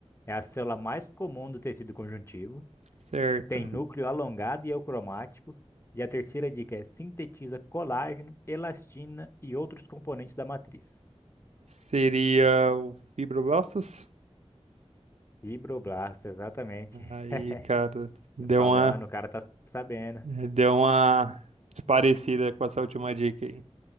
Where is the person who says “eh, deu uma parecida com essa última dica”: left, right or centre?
Right